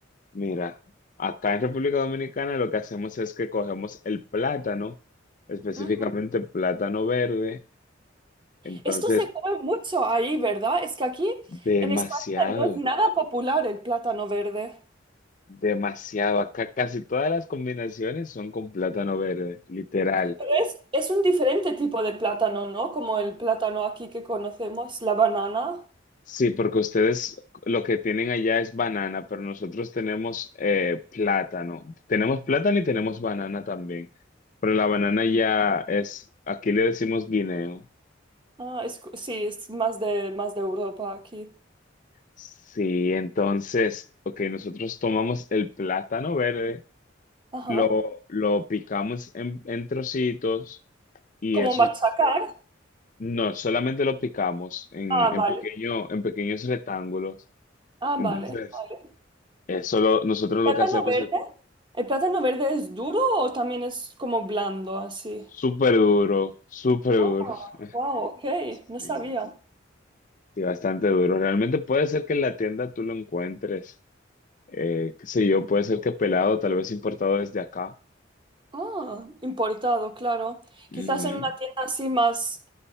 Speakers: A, on the left; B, on the right.
A: Mira, acá en República Dominicana lo que hacemos es que cogemos el plátano, específicamente
B: Sí.
A: plátano verde, entonces
B: Esto se come mucho ahí, ¿verdad? Es que aquí
A: demasiado.
B: en España no es nada popular el plátano verde.
A: Demasiado. Acá casi todas las combinaciones son con plátano verde, literal.
B: Pero es, es un diferente tipo de plátano, ¿no? Como el plátano aquí que conocemos, la banana.
A: Sí, porque ustedes lo que tienen allá es banana, pero nosotros tenemos eh, plátano. Tenemos plátano y tenemos banana también. Pero la banana ya es, aquí le decimos guineo.
B: Ah, es, sí, es más de, más de Europa aquí.
A: Sí, entonces, ok, nosotros tomamos el plátano verde,
B: Ajá.
A: lo, lo picamos en, en trocitos y
B: Como
A: eso
B: machacar.
A: No, solamente lo picamos en,
B: Ah,
A: en
B: vale.
A: pequeño, en pequeños rectángulos.
B: Ah,
A: Entonces,
B: vale, vale.
A: eso lo- nosotros
B: ¿Plátano
A: lo que hacemos
B: verde?
A: es
B: ¿El plátano verde es duro o también es como blando así?
A: súper duro, súper
B: Ah,
A: duro. <laughs>
B: wow, ok,
A: Sí,
B: no sabía.
A: sí, bastante duro. Realmente puede ser que en la tienda tú lo encuentres, eh, qué sé yo, puede ser que pelado, tal vez importado desde acá.
B: Ah, importado, claro.
A: Ujú.
B: Quizás en una tienda así más,